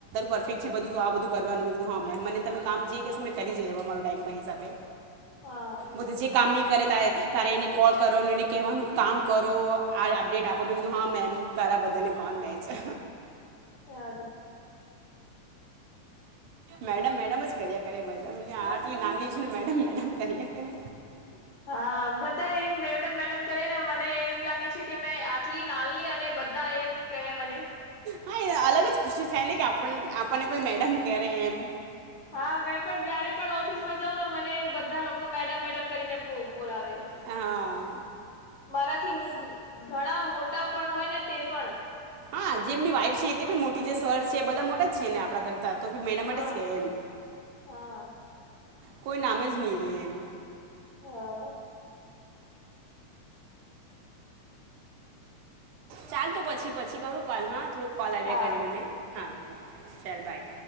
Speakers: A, on the right; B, on the left.
A: પરફેક્ટ છે, બધું આ બધું કરવાનું મે કધું હા મેમ મને તમે કામ જે કહેશો મેં કરી જ લેવા મારો ટાઈમ પણ હિસાબે
B: હા
A: બધું જે કામ નહીં કરે તારે તારે એને કોલ કરવાનું એને કહેવાનું કામ કરો આ અપડેટ આપો મેં કીધું હા મેમ કારા બધા ને કોણ બે છે.
B: સારું
A: મેડમ મેડમ જ કર્યા કરે કરે બધા મને આટલી નાની છુ ને મેડમ મેડમ કર્યા કરે.
B: <unintelligible> હા બધા એ મેડમ મેડમ કરેને મને એમ લાગે છે, કે મેં આટલી નાલની અને બધા એમ કે મને.
A: હા એ અલગ જ ખુશી થાય ને કે આપ આપણને કોઈ મેડમ ક્યારે એમ
B: હા મેં પણ જયારે પણ ઓફિસ માં જાઉં ને મ ને બધા લોકો મેડમ મેડમ કરીને બોલાવે
A: હા
B: મારા હથી મુુંબઈ ઘણા મોટા પણ હોય ને તે પણ
A: હા જે એમની વાઈફ છે તે બી મોટી જે સર છે બધા મોટા જ છે, ને આપડા કરતા તો બી મેડમ
B: હા
A: માટે જ કે એમ
B: હા
A: કોઈ નામે જ નહીં લે એમ
B: હા.
A: ચાલ તો પછી પછી કરું કાલ હા થોડુંક કોલ આવ્યા
B: હા
A: કરે મને હા ચલ બાય.